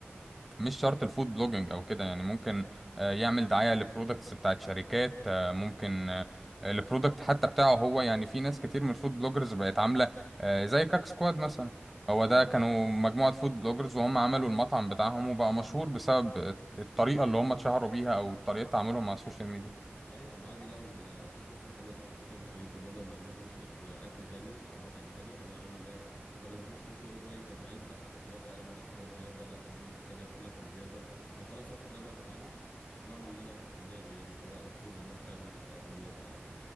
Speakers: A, in the centre; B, on the left.
A: مش شرط الفود بلوجينج او كده يعني ممكن آه، يعمل دعاية لبرودكتس بتاعت شركات آه، ممكن آه، البرودكت حتى بتاعه هو يعني في ناس كتير من الفود بلوجرز بقت عاملة آه، زي كاك سكواد مثلا هو
B: اه
A: ده كانوا
B: آه.
A: مجموعة فود بلوجرز وهم عملوا المطعم بتاعهم وبقى مشهور بسبب الطريقة اللي هم اتشهروا بيها او طريقة تعاملهم مع السوشيال ميديا
B: ايوه ما عادي لقوا ان في فرصه حلوه احنا كده كده مشهورين طب بدل ما نروح نشهر اكل تاني او مطعم تاني طب انا عندي بقى بدل ما اخش كل شويه اقول رايي طب انا عايز لا خيار اقل لا خيار زياده لا دي محتاجه ملح زياده طب خلاص افتح انا بقى مطعمي واعمل اللي انا في دماغي يعني اللي هو انفذه بقى فعلا على ارض الواقع يعني